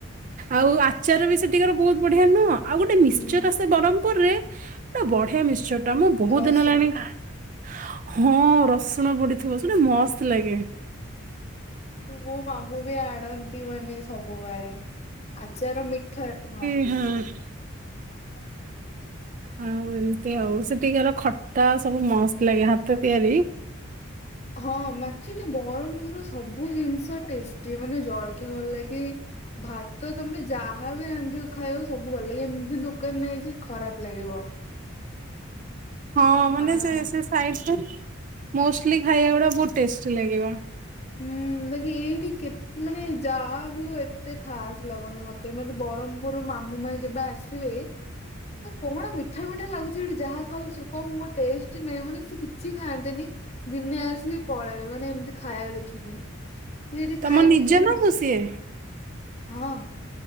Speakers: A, on the right; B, on the left.
A: ଆଉ ଆଚାର ବି ସେଠିକାର ବହୁତ ବଢିଆ ନୁହଁ ଆଉ ଗୋଟେ ମିଶ୍ଚର
B: ହୁଁ।
A: ସେ ବ୍ରହ୍ମପୁରରେ ନା ବଢିଆ ମିଶ୍ଚରଟା ମୁଁ ବହୁତ
B: ରସୁଣ।
A: ଦିନ ହେଲାଣି। ଖା- ହଁ ରସୁଣ ପଡିଥିବ ସେଟା ମସ୍ତ ଲାଗେ।
B: ମୋ ବାବୁ ବି ଆଣନ୍ତି ମାନେ ସବୁବେଳେ ଆଚାର ମିଠା ହଁ।
A: ହୁଁ।
B: ହଁ ହୁଁ
A: ଆଉ ଏମତି ହଉ ସେଠିକାର ଖଟା ସବୁ ମସ୍ତ ଲାଗେ ହାତ ତିଆରି
B: ହଁ ଆଚୁଲି ବ୍ରହମପୁର ସବୁ ଜିନିଷ ଟେଷ୍ଟି ମାନେ ଜଳଖିଆ ଭଲ ଲାଗେ ଭାତ ତମେ ଯାହାବି ରାନ୍ଧିବ ଖାଇବାକୁ ସବୁ ଭଲ ଲାଗିବ ଏମିତି ଦୋକାନ ନାଇଜେ ଖରାପ ଲାଗିବ
A: ହଁ ମାନେ
B: ଆଁ
A: ସେ ସାଇଟ୍ ରେ ମୋଷ୍ଟଲି ଖାଇବା ଗୁରା ବହୁତ ଟେଷ୍ଟି ଲାଗିବ।
B: ହୁଁ ବାକି ଏଇଠି କେ ମାନେ ଯାହା ବି ହଉ ଏତେ ଖାସ ଲାଗୁନି ମତେ। ସେମାନେ ବ୍ରହ୍ମପୁର ମାମୁମାଇଁ ଯେବେ ଆସିବେ କଣ ମିଠା ମିଠା ଲାଗୁଛି ଏଠି ଯାହା ଖାଉଛୁ କଣ ମୋର ଟେଷ୍ଟ ନାହିଁ ମାନେ ସେ କିଛି ଖାଆନ୍ତିନି ଦିନେ ଆସିକି ପଳେଇବେ ମାନେ ଏମିତି ଖାଇବା ଦେଖିକି। ସେଠି
A: ତମ
B: ଖାଇ
A: ନିଜ
B: ଦେଇଛ ନା
A: ମାମୁଁ ସିଏ?
B: ହଁ।